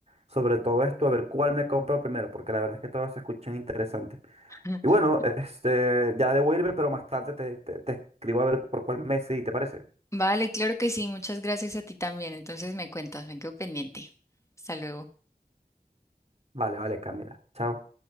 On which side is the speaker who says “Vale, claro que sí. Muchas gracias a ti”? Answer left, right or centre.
Left